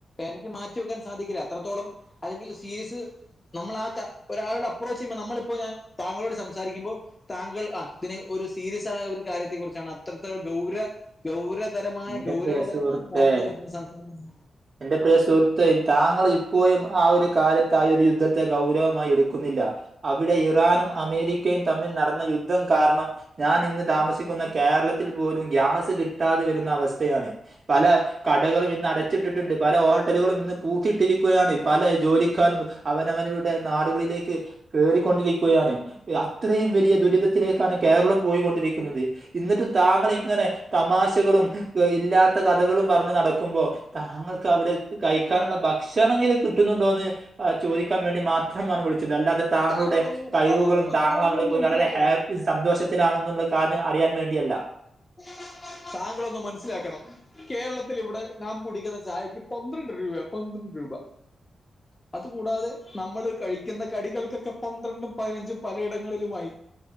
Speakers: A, on the left (about 25°); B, on the right (about 50°).
A: എനിക്ക് മാറ്റി വെക്കാൻ സാധിക്കില്ല അത്രത്തോളം അല്ലെങ്കിൽ സീരീസ് നമ്മൾ ആ ഒരാളോട് അപ്രോച്ച് ചെയ്യുമ്പോ നമ്മളിപ്പോ ഞാൻ താങ്കളോട് സംസാരിക്കുമ്പോൾ താങ്കൾ ആ ഇതിന് ഒരു സീരിസായ ആ ഒരു കാര്യത്തെ കുറിച്ചാണ് അത്രത്തോളം ഗൗര ഗൗരതരമായ
B: എന്റെ
A: ഗൗരവപരമായ
B: പ്രിയ സുഹൃത്തെ
A: കാര്യത്തെ കുറിച്ചാണ് സംസാരിക്കുന്നത്
B: എന്റെ പ്രിയ സുഹൃത്തെ താങ്കൾ ഇപ്പോഴും ആ ഒരു കാലത്ത് ആ ഒരു യുദ്ധത്തെ ഗൗരവമായി എടുക്കുന്നില്ല അവിടെ ഇറാനും അമേരിക്കയും തമ്മിൽ നടന്ന യുദ്ധം കാരണം ഞാൻ ഇന്ന് താമസിക്കുന്ന കേരളത്തിൽ പോലും ഗ്യാസ് കിട്ടാതെ വരുന്ന അവസ്ഥയാണ് പല കടകളും ഇന്ന് അട വെച്ചിട്ടിട്ടുണ്ട് പല ഹോട്ടലുകളും ഇന്ന് പൂട്ടയിട്ടിരിക്കുകയാണ് പല ജോലിക്കാരും അവനവന് നാടുകളിലേക്ക് കേ റിക്കൊണ്ടിരിക്കുകയാണ് അത്രയും വലിയ ദുരിതത്തിലേക്കാണ് കേരളം പോയികൊണ്ടിരിക്കുന്നത് എന്നിട്ടും താങ്കൾ ഇങ്ങനെ തമാശകളും വ ഇല്ലാത്ത കഥകളും പറഞ്ഞു നടക്കുമ്പോൾ താങ്കൾക്ക് അവടെ കഴിക്കാനുള്ളഭ ഭക്ഷണമെങ്കിലും കിട്ടുന്നുണ്ടോ എന്ന് ചോദിക്കാൻ വേണ്ടി മാത്രം വിളിച്ചത് അല്ലാതെ താങ്കളുടെ
A: താങ്കളൊന്ന്
B: കഴിവുകളും
A: താങ്കളൊന്ന്
B: താങ്കൾ
A: താങ്കളൊന്ന്
B: അവിടെ പോയി
A: മനസ്സിലാക്കണം
B: വളരെ ഹാ ഇത് സന്തോഷത്തിലാണെന്നുള്ള കാരണം അറിയാൻ വേണ്ടിയല്ല
A: <inaudible> താങ്കളൊന്ന് മനസ്സിലാക്കണം കേരളത്തിൽ ഇവിടെ നാം കുടിക്കുന്ന ചായക്ക് പന്ത്രണ്ട് രൂപ പന്ത്രണ്ട് രൂപ
B: <inaudible>
A: അതുകൂടാതെ നമ്മള് കഴിക്കുന്ന കടികൾക്കൊക്കെ പന്ത്രണ്ടും പതിനഞ്ചും പലയിടങ്ങളിലുമായി